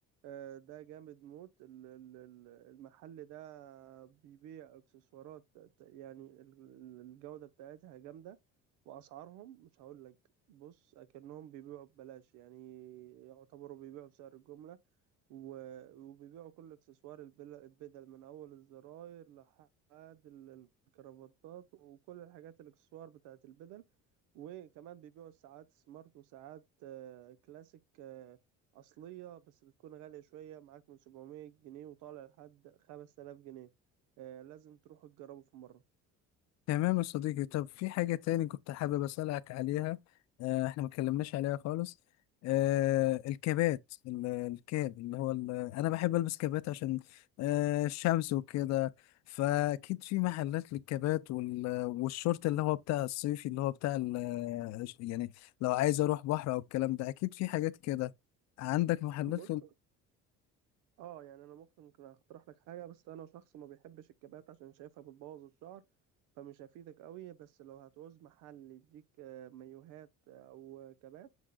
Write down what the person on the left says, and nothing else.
تمام يا صديقي طب في حاجة تاني كنت حابب أسألك عليها آه، احنا ما اتكلمناش عليها خالص آه، الكابات ال- الكاب اللي هو ال- انا بحب البس كابات عشان آه، الشمس وكده فاكيد في محلات للكابات وال- والشورت اللي هو بتاع الصيفي اللي هو بتاع ال- يعني لو عايز اروح بحر او الكلام ده اكيد في حاجات كده عندك محلات